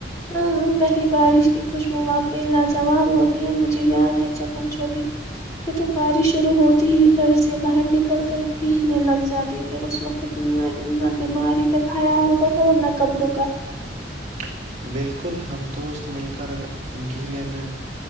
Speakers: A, on the left (about 20°); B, on the right (about 35°).
A: ہاں پہلی بارش کی خوشبو واقعی لاجواب ہوتی ہے مجھے یاد ہے جب ہم چھوٹی تھے تو بارش شروع ہوتی ہی گھر سے باہر نکل کر بھیگنے لگ جاتے تھے اس وقت نا بیماری کا خیال ہوتا نا کپڑوں کاا
B: بالکل بالکل ہم دوست مل کر گیلے میں